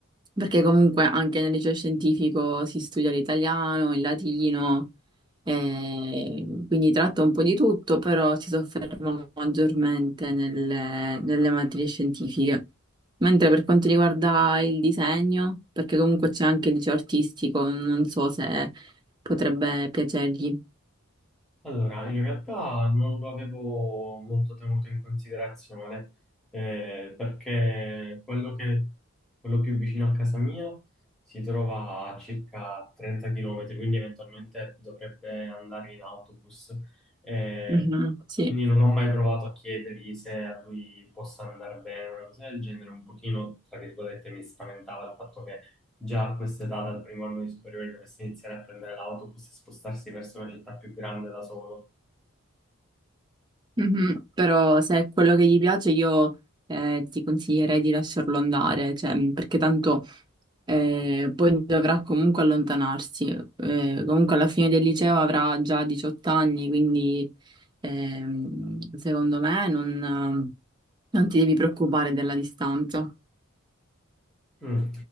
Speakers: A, on the right; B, in the centre.
A: perché comunque anche nel liceo scientifico si studia l'italiano, il latino, eh, quindi tratta un po' di tutto, però si sofferma maggiormente nelle, nelle materie scientifiche. Mentre per quanto riguarda il disegno, perché comunque c'è anche il liceo artistico, non so se potrebbe piacergli.
B: Allora, in realtà non lo avevo molto tenuto in considerazione, eh, perché quello che, quello più vicino a casa mia si trova a circa 30 km, quindi eventualmente dovrebbe andare in autobus. Eh,
A: Mhm. Sì,
B: quindi non ho mai provato a chiedergli se a lui possa andare bene, una cosa del genere, un pochino, tra virgolette, mi spaventava il fatto che già a questa età, dal primo anno di superiore, dovesse iniziare a prendere l'autobus e spostarsi verso una città più grande da solo.
A: Mhm. Però se è quello che gli piace io eh, ti consiglierei di lasciarlo andare, cioè, mm, perché tanto eh, poi dovrà comunque allontanarsi. Eh, comunque alla fine del liceo avrà già 18 anni, quindi ehm, secondo me non non ti devi preoccupare della distanza.
B: Mm.